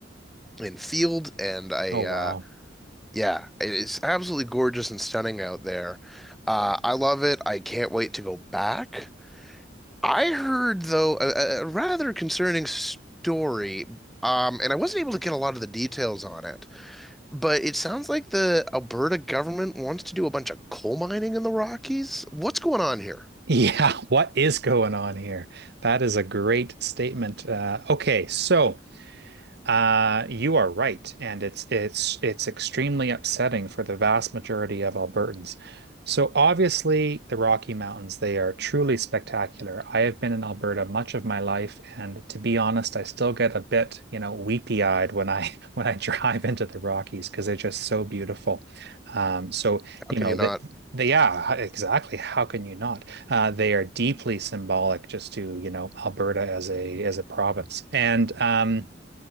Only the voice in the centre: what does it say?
in Field, and I
uh, yeah, it's absolutely gorgeous and stunning out there. Uh, I love it. I can't wait to go back. I heard though a, a rather concerning story, um, and I wasn't able to get a lot of the details on it. But it sounds like the Alberta government wants to do a bunch of coal mining in the Rockies. What's going on here?
How can
you not?